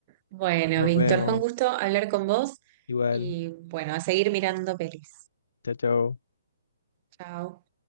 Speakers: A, on the right (about 30°); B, on the left (about 75°).
A: Bueno,
B: Nos
A: Víctor,
B: vemos.
A: fue un gusto hablar con vos
B: Igual.
A: y bueno, a seguir mirando pelis.
B: Chao, chao.
A: Chao.